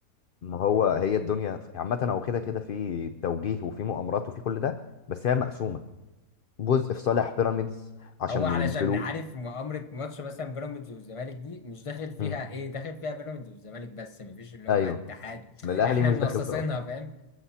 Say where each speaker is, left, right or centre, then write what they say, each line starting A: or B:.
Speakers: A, on the left; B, on the left.
A: ما هو هي الدنيا عامة هو كده كده في توجيه وفي مؤامرات وفي كل ده بس هي مقسومة جزء في صالح بيراميدز عشان
B: هو علشان
A: الفلوس
B: عارف مؤامرة ماتش مثلا بيراميدز والزمالك دي مش داخل فيها
A: مم.
B: ايه داخل فيها بيراميدز والزمالك بس مفيش اللي هو
A: ايوه
B: بقى اتحاد
A: ما الأهلي
B: احنا
A: مش
B: منصصينها
A: داخل طرف
B: فاهم